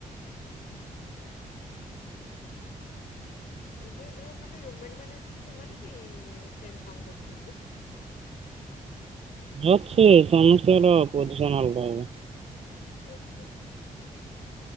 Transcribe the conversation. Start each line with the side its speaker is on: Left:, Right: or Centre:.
Left: ହୁଁ ଉଁ ଯୋଉ ଯୋଉ ମାନେ ରୁମମେଟ ମାନେ ଅଛନ୍ତି, ସେମାନେ ବି ସେମ୍ କାମ କରୁଚନ୍ତି?
Right: ଅଛି, ସମସ୍ତଙ୍କର ପୋଜିସନ ଅଲଗା ଏବେ।
Left: ଓ ହୋ।